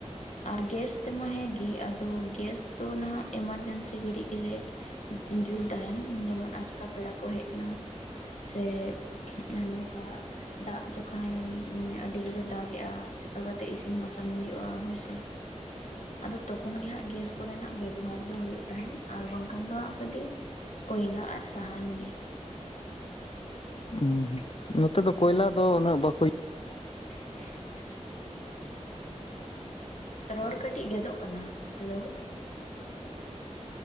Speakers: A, on the left; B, on the left.
A: ᱟᱨ ᱜᱮᱥ ᱛᱮᱢᱟ ᱦᱮᱸ ᱜᱤ, ᱟᱫᱚ ᱜᱮᱥ ᱫᱚ ᱱᱟᱦᱟᱜ ᱮᱢᱟᱨᱡᱮᱱᱥᱤ ᱜᱷᱟᱹᱲᱤᱡ ᱜᱮᱞᱮ ᱡᱩᱞ ᱛᱟᱦᱮᱱ, ᱡᱮᱢᱚᱱ ᱟᱡᱠᱟ ᱯᱮᱲᱟ ᱠᱚ ᱦᱮᱡ ᱮᱱᱟ, ᱥᱮ ᱱᱚᱝᱠᱟ ᱫᱟᱜ ᱡᱚᱠᱷᱟᱱ ᱢᱟᱱᱮ, ᱟᱹᱰᱤ ᱡᱳᱨᱮ ᱫᱟᱜᱮᱜᱼᱟ ᱪᱮᱠᱟ ᱠᱟᱛᱮ ᱤᱥᱤᱱ ᱤᱥᱤᱱ ᱵᱟᱥᱟᱱ ᱦᱳᱭᱳᱜᱼᱟ ᱦᱳᱭ ᱥᱮ, ᱟᱫᱚ ᱛᱚᱠᱷᱚᱱ ᱜᱮ ᱦᱟᱸᱜ ᱜᱮᱥ ᱠᱚᱨᱮᱱᱟᱜ ᱵᱮᱵᱚᱦᱟᱨ ᱫᱚ ᱦᱩᱭᱩᱜ ᱛᱟᱦᱮᱸᱱ, ᱟᱨ ᱵᱟᱝᱠᱷᱟᱱ ᱫᱚ ᱦᱟᱸᱜ ᱠᱷᱟᱹᱴᱤ ᱠᱚᱭᱞᱟ ᱟᱨ ᱥᱟᱦᱟᱱ ᱜᱮ,
B: ᱩᱸ ᱦᱩᱸ, ᱱᱚᱛᱮ ᱫᱚ, ᱠᱚᱭᱞᱟ ᱫᱚ ᱩᱱᱟᱹᱜ ᱵᱟᱠᱚ
A: <unintelligible> ᱨᱚᱲ ᱠᱟᱹᱴᱤᱡ ᱜᱮᱫᱚᱜ ᱠᱟᱱᱟ, ᱦᱮᱞᱳ